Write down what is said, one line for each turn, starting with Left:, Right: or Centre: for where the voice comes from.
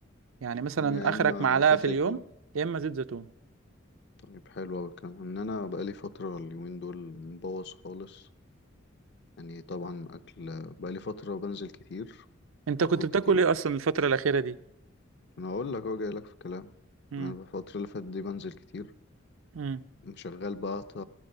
Right: يعني مثلا
Left: يا
Right: آخرك
Left: اما
Right: معلقة
Left: زيت
Right: في
Left: زيتون
Right: اليوم يا إما زيت زيتون
Left: طيب حلو اوي الكلام ان انا بقالي فترة اليومين دول مبوظ خالص يعني طبعا اكل بقالي فترة بنزل كتير
Right: أنت
Left: بخرج
Right: كنت بتاكل
Left: كتير
Right: إيه أصلا الفترة الأخيرة دي؟
Left: انا اقول لك اهو جاي لك في الكلام
Right: مم.
Left: انا الفتره اللي فاتت دي بنزل كتير
Right: مم.
Left: شغال بقى أت-